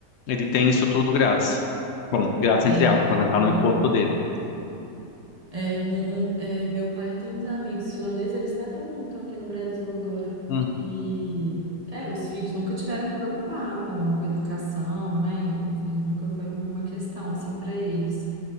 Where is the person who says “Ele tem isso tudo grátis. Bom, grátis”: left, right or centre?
Left